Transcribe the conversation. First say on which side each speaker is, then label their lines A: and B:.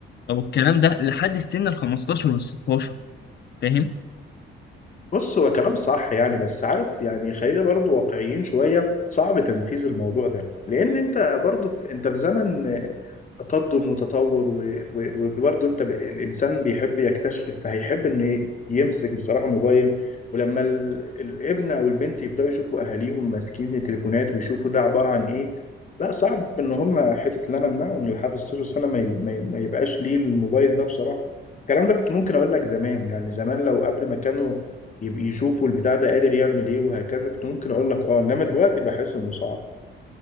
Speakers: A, on the left (about 60°); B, on the left (about 40°).
A: او الكلام ده لحد السن ال 15 وال 16 فاهم؟
B: بص هو كلام صح يعني بس عارف يعني خلينا برضو واقعيين شوية صعب تنفيذ الموضوع ده لان انت برضو في انت في زمن تقدم وتطور و- و- وبرضه انت ب... الانسان بيحب يكتشف فهيحب انه ي- يمسك بصراحه موبايل ولما ال... الابن او البنت يبداوا يشوفوا اهاليهم ماسكين التليفونات ويشوفوا ده عباره عن ايه لا صعب ان هم حته اللي انا امنعه ان لحد 16 سنه ما, ي... ما, ي... ما يبقاش ليه الموبايل ده بصراحه الكلام ده كنت ممكن اقول لك زمان يعني زمان لو قبل ما كانوا يب- يشوفوا البتاع ده قادر يعمل ايه وهكذا كنت ممكن اقول لك اه انما دلوقتي بحس انه صعب